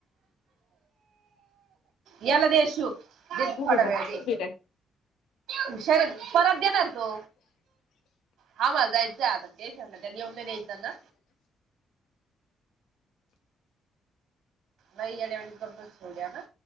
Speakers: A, on the right; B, on the left.
A: याला दे अशु दे
B: उभी
A: थोडा
B: राह
A: वेळ दे.
B: उभी राह
A: हुशारतं परत देणार तो. हा म जायचंय आता टेशनला त्याल येऊन नाही द्यायचं ना. लई याड्यावाणी करतोसं थोड्या न